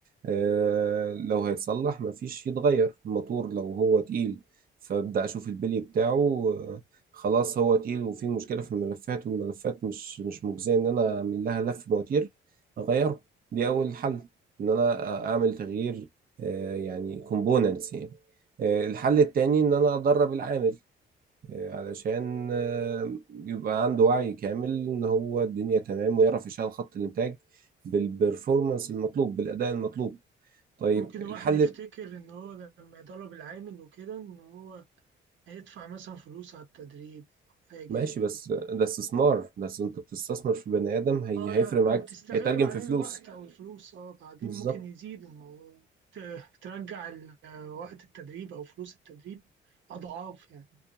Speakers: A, on the right (about 45°); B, on the right (about 70°).
A: آه، لو هيتصلح مفيش يتغير الموتور لو هو تقيل فابدا اشوف البلي بتاعه آه، خلاص هو تقيل وفيه مشكله في الملفات والملفات مش مش مجزيه ان انا اعمل لها لف مواتير اغيره دي اول حل ان انا اعمل تغيير آه، يعني كومبوننتس يعني آه، الحل التاني ان انا ادرب العامل آه، علشان آه، يبقى عنده وعي كامل ان هو الدنيا تمام ويعرف يشغل خط الانتاج بالبرفورمانس المطلوب بالاداء المطلوب طيب
B: ممكن
A: الحل
B: الواحد يفتكر إن هو لما يدرب العامل وكده إن هو هيدفع مثلا فلوس على التدريب أو حاجة
A: ماشي بس ده استثمار بس انت بتستثمر في بني ادم هي
B: اه
A: هيفرق معاك
B: يعني بتستغل
A: هيترجم
B: بعدين
A: في فلوس
B: الوقت او الفلوس اه بعدين
A: بالظبط
B: ممكن يزيد الموضوع بت- بترجع ال- وقت التدريب او فلوس التدريب اضعاف يعني